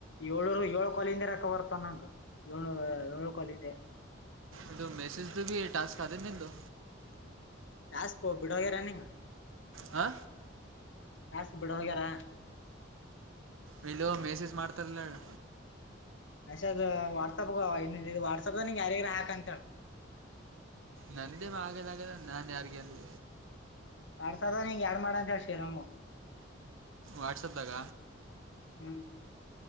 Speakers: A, on the left; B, on the right.
A: ಏಳೂರು ಏಳ್ ಕೊಲಿಂದ್ ಹಾಕ ಬರ್ತವ್ ನಂಗ. ಯೊಳ್ನೂರ ಯೊಳು ಕಾಲಿದೆ.
B: ಇದು ಮೆಸೇಜ್ ದಬಿ ಟಸ್ಕ್ ಆದೆನ್ ನಿಂದು.
A: ಟಾಸ್ಕ್ ಒ ಬಿಡೋಗ್ಯಾರ್ ನಿಂಗ.
B: ಹಾ
A: ಟಾಸ್ಕ್ ಬಿಡ್ ಹೋಗ್ಯಾರ.
B: ವಿಲೊ ಮೆಸೇಜ್ ಮಾಡತಾರೀಲ್ಹೇಳ್.
A: ಮೆಸೇಜ್ ವಾಟ್ಸಪ್ಗ ಇನ್ ವಾಟ್ಸಪ್ದ ಯಾರಿಗ್ಯಾರ ಹಾಕ ಅಂತ ಹೇಳ್.
B: ನಂದೆನೋ ಆಗೆಲ್ ಆಗ್ಯಲ್ಲ ನಾನ್ ಯಾರ್ಗೆ ಅನ್ಲಿ.
A: ಮಾಡ್ಸ್ರದಾ ನಿನ್ಗ್ ಎರ್ಡ್ ಮಾಡ ಅಂತ ಹೇಳಿ ಶ್ರೀರಾಮು.
B: ವಾಟ್ಸಪ್ದಗ.
A: ಹು